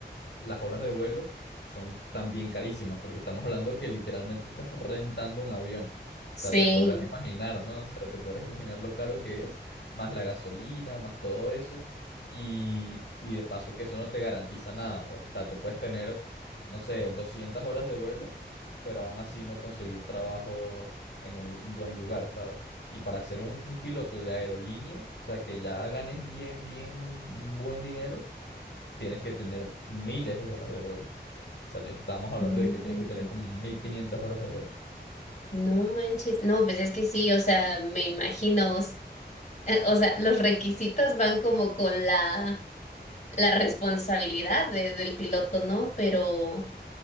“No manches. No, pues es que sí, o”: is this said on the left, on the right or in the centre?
Left